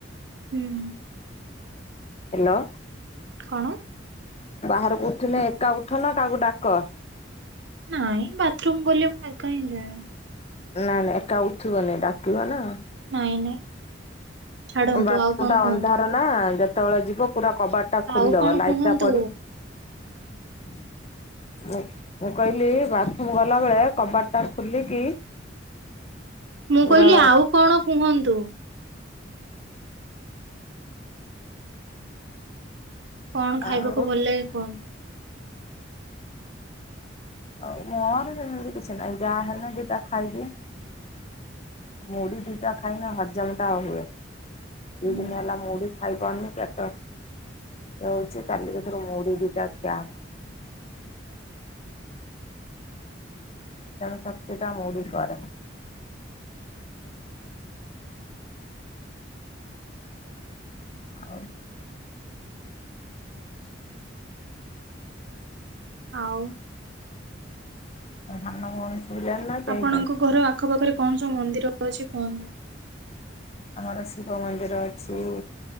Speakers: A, on the right (about 65°); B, on the left (about 35°).
A: ହୁଁ।
B: ହ୍ୟାଲୋ।
A: କଣ?
B: ବାହାରକୁ ଉଠିନେ ଏକା ଉଠ ନା କାହାକୁ ଡାକ।
A: ନାଇଁ ବାଥରୁମ୍ ଗଲେ ମୁଁ ଏକା ହିଁ ଯାଏ।
B: ନାଇଁ ନାଇଁ ଏକା ଉଠିବନି ଡାକିବ ନା।
A: ନାଇଁ ନାଇଁ ଛାଡନ୍ତୁ
B: ବାଥରୁମ
A: ଆଉ କଣ
B: ଟା
A: କୁହନ୍ତୁ।
B: ଅନ୍ଧାର ନା ଯେତେବେଳେ ଯିବ ପୁରା କବାର ଟା ଖୋଲିଦବ
A: ଆଉ କଣ
B: ଲାଇଟ
A: କୁହନ୍ତୁ?
B: ଟା ପଡିବ। ମୁଁ କହିଲି ବାଥରୁମ୍ ଗଲାବେଳେ କବାଟଟା ଖୋଲିକି
A: ମୁଁ
B: ପୁରା
A: କହିଲି ଆଉ କଣ କୁହନ୍ତୁ? କଣ ଖାଇବାକୁ
B: ଆଉ
A: ଭଲ ଲାଗେ କୁହ?
B: ଆଉ ମୋର ଯେମିତି କିଛି ନହିଁ ଯାହା ହେଲେ ନା ଦିଟା ଖାଇଦିଏ। ମୁଢି ଦିଟା ଖାଇନ ହଜମ ଟା ହୁଏ
A: ହୁଁ
B: ଦି ଦିନ ହେଲା ମୁଢି ଖାଇପାରୁନି ପେଟ ହଉଛି କାଲି ଭଥରୁ ମୁଢ ଦିଟା ଖିଆ <unintelligible> ଶକ୍ତି ଟା ମୌଳି କର। <unintelligible>
A: ଆଉ
B: ତା ସାନ ଭଉଣୀ ଶୋଇଲାଣି ନା ଚେଇଁଛନ୍ତି।
A: ଆପଣଙ୍କ ଘର ଆଖପାଖରେ କଣ ସବୁ ମନ୍ଦିର ଅଛି କୁହନ୍ତୁ।
B: ଆମର ଶିବ ମନ୍ଦିର ଅଛି।